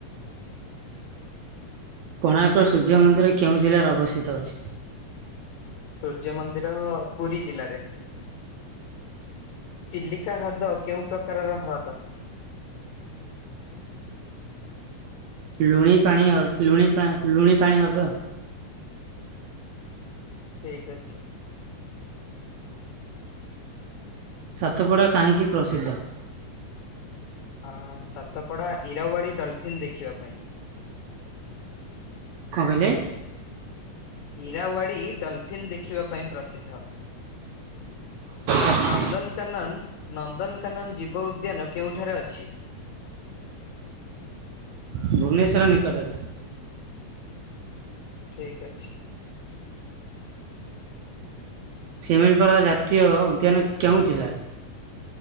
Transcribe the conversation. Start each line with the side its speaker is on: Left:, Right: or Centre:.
Right: କୋଣାର୍କ ସୂର୍ଯ୍ୟ
Left: ହ୍ୟାଲୋ।
Right: ମନ୍ଦିର କେଉଁ ଜିଲ୍ଲାରେ ଅବସ୍ଥିତ ଅଛି?
Left: ସୂର୍ଯ୍ୟ ମନ୍ଦିର, ପୁରୀ ଜିଲ୍ଲାରେ। ଚିଲିକା ହ୍ରଦ କେଉଁ ପ୍ରକାର ର ହ୍ରଦ?
Right: ଲୁଣି ପାଣି ଆଉ ଲୁଣି ପା ଲୁଣି ପାଣି ହ୍ରଦ।
Left: ଠିକ ଅଛି।
Right: ସାତପଡ଼ା କାହିଁକି ପ୍ରସିଦ୍ଧ?
Left: ଅ ସାତପଡା ଇରାୱାଡି ଡଲଫିନ୍ ଦେଖିବା ପାଇଁ।
Right: କଣ କହିଲେ?
Left: ଇରାୱାଡ଼ି ଡଲ୍ଫିନ୍ ଦେଖିବା ପାଇଁ ପ୍ରସିଦ୍ଧ।
Right: ଆଚ୍ଛା
Left: ନନ୍ଦନକାନନ ନନ୍ଦନକାନନ ଜୀବ ଉଦ୍ୟାନ କେଉଁଠାରେ ଅଛି?
Right: ଭୁବନେଶ୍ୱର ନିକଟରେ।
Left: ଠିକ ଅଛି।
Right: ଶିମିଳିପାଳ ଜାତୀୟ ଉଦ୍ୟାନ କେଉଁ ଜିଲ୍ଲାରେ?